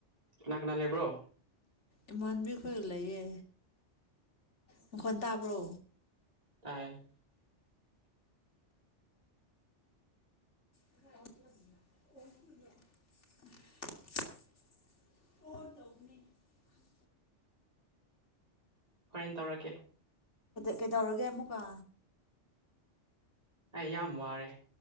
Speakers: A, on the right; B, on the left.
A: ꯀꯅꯥ ꯀꯅꯥ ꯂꯩꯕ꯭ꯔꯣ
B: ꯏꯃꯥꯟꯕꯤꯈꯣꯏ ꯂꯩꯌꯦ ꯃꯈꯣꯟ ꯇꯥꯕ꯭ꯔꯣ
A: ꯇꯥꯏ
B: <unintelligible> <unintelligible>
A: ꯍꯣꯔꯦꯟ ꯇꯧꯔꯛꯀꯦ
B: ꯀꯩꯗꯧꯔꯒꯦ ꯑꯃꯨꯛꯀ
A: ꯑꯩ ꯌꯥꯝ ꯋꯥꯔꯦ